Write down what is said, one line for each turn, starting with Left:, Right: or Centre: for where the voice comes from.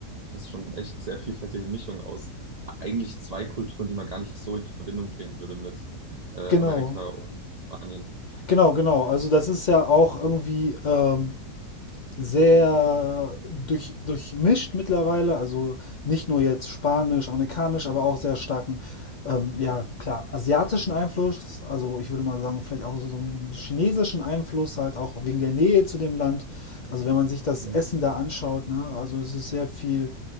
Right: fast schon echt sehr vielfältige Mischung aus eigentlich zwei Kulturen, die man gar nicht so in Verbindung bringen würde mit äh, Amerika
Left: genau,
Right: und Spanien.
Left: genau, genau. Also das ist ja auch irgendwie ähm, sehr durch, durchmischt mittlerweile, also nicht nur jetzt Spanisch, Amerikanisch, aber auch sehr starken, ähm, ja klar, asiatischen Einfluss, also ich würde mal sagen, vielleicht auch so, so einen chinesischen Einfluss, halt auch wegen der Nähe zu dem Land. Also wenn man sich das
Right: Mhm.
Left: Essen da anschaut, ne, also es ist sehr viel